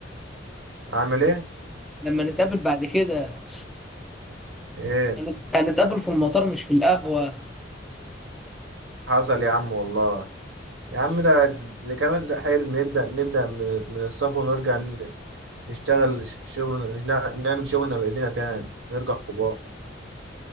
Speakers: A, on the right; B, in the centre.
A: اعمل ايه
B: لما نتقابل بعد كده
A: ايه
B: هنت- هنتقابل في المطار مش في القهوة
A: حصل يا عم والله يا عم ده ده كمان ده حلم نبدأ نبدأ من من الصفر ونرجع ن- نشتغل ش- شغل نع- نعمل شغلنا بإيدينا تاني نرجع كبار